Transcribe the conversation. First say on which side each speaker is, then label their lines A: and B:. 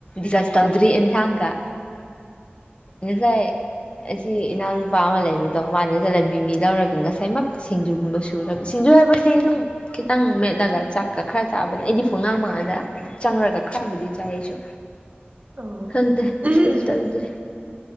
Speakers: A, on the left; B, on the right.
A: ꯗꯤꯀꯁ ꯇꯧꯗ꯭ꯔꯤ ꯑꯦꯟꯁꯥꯡꯒ ꯉꯁꯥꯏ ꯑꯁꯤ ꯏꯅꯥꯎꯅꯨꯄꯥ ꯑꯃ ꯂꯩꯕꯗꯣ ꯃꯥꯅ ꯆꯠꯂꯝꯃꯤ ꯃꯤ ꯂꯧꯔꯒ ꯉꯁꯥꯏꯃꯛ ꯁꯤꯡꯖꯨꯒꯨꯝꯕ ꯁꯨꯔꯒ ꯁꯤꯡꯖꯨ ꯍꯥꯏꯕꯗꯤ ꯑꯗꯨꯝ ꯈꯤꯇꯪ ꯃꯦꯠꯂꯒ ꯆꯥꯛꯀ ꯈꯔ ꯆꯥꯕꯅꯦ ꯑꯩꯗꯤ ꯐꯨ ꯉꯥꯡꯕ ꯀꯥꯟꯗ ꯆꯪꯉꯒ ꯈꯔꯕꯨꯗꯤ ꯆꯥꯏ ꯑꯩꯁꯨ
B: ꯑꯣ ꯎꯝ
A: ꯈꯪꯗ꯭ꯔꯦ
B: ꯎꯝ
A: ꯗꯤꯁꯀꯁ ꯇꯧꯗ꯭ꯔꯦ